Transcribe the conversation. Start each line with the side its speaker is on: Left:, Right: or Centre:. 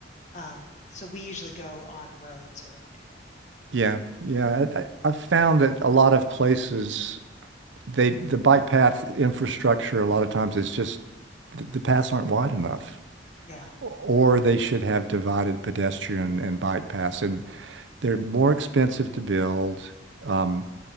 Left: Um, so we usually go on roads around here.
Right: Yeah, yeah. I, I- I've found that a lot of places they the bike path infrastructure a lot of times is just the, the paths aren't wide enough.
Left: Yeah,
Right: Or they should have divided pedestrian and bike paths, and they're more expensive to build. Um,